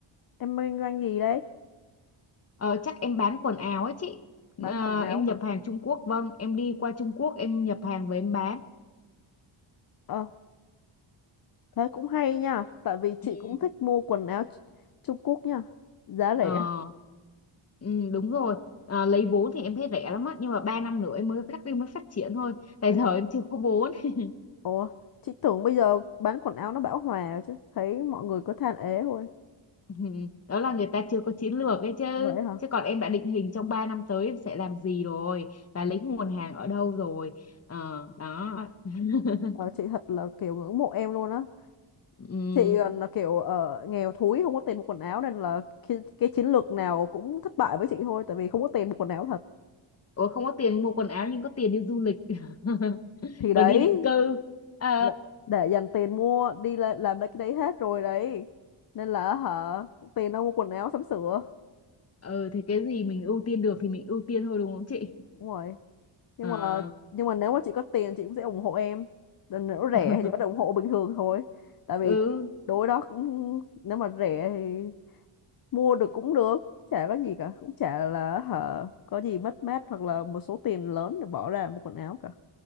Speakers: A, on the left (about 45°); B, on the left (about 30°).
A: em kinh doanh gì đấy
B: Ờ, chắc em bán quần áo ấy chị.
A: bán
B: Ờ,
A: quần áo
B: em nhập
A: hả
B: hàng Trung Quốc vâng, em đi qua Trung Quốc em nhập hàng về em bán.
A: ờ thế cũng hay nha tại vì chị
B: Ừ.
A: cũng thích mua quần áo Ch- Trung Quốc nha giá rẻ
B: Ờ, ừ, đúng rồi à, lấy vốn thì em thấy rẻ lắm á nhưng mà ba
A: Ừ,
B: năm nữa em mới phát mới phát triển thôi tại
A: vậy
B: giờ
A: hả?
B: em chưa có vốn <laughs>
A: Ủa, chị tưởng bây giờ bán quần áo nó bão hòa chứ, thấy mọi người cứ than ế thôi.
B: Ừ, đó là người ta chưa có chiến lược ấy chứ
A: Vậy hả?
B: chứ còn em đã định hình trong 3 năm tới em sẽ làm gì rồi và lấy nguồn hàng ở đâu rồi Ờ, đó <laughs>
A: Ờ, chị thật là kiểu ngưỡng mộ em luôn á.
B: Ừm,
A: Chị còn là kiểu ờ, nghèo thúi không có tiền mua quần áo nên là cái, cái chiến lược nào cũng thất bại với chị thôi tại vì không có tiền mua quần áo thật.
B: Ủa không có tiền mua quần áo nhưng có tiền đi du lịch <laughs>
A: Thì đấy,
B: rồi đi định cư Ờ,
A: là- để dành tiền mua đi làm, làm mấy cái đấy hết rồi đấy. Nên là hả, tiền đâu mua quần áo sắm sửa.
B: ừ, thì cái gì mình ưu tiên được thì mình ưu tiên thôi đúng không chị
A: Đúng rồi. nhưng
B: Ờ,
A: mà nhưng mà nếu mà chị có tiền chị cũng sẽ ủng hộ em Còn nếu rẻ
B: <laughs>
A: thì chị vẫn ủng hộ bình thường thôi tại vì
B: ừ
A: đối đó cũng nếu mà rẻ thì mua được cũng được chả có gì cả cũng chả là hả có gì mất mát hoặc là một số tiền lớn để bỏ ra một quần áo cả